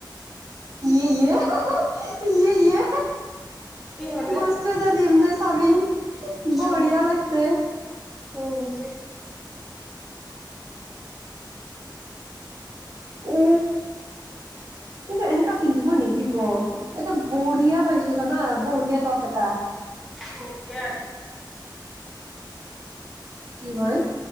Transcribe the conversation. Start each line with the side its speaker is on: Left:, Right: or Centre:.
Right: ইে ইয়ে
Centre: কি হলে
Right: বস্তু দিম দে চাব বঢ়িয়া
Centre: উম
Right: লাগছে
Centre: উম <inaudible>
Right: উ কিন্তু এনেককা পিন্ধিব নিদিব এটা বঢ়িয়া পাইছো জানা বঢ়িয়া টপ এটা
Centre: হধিয় একদম
Right: কি হয়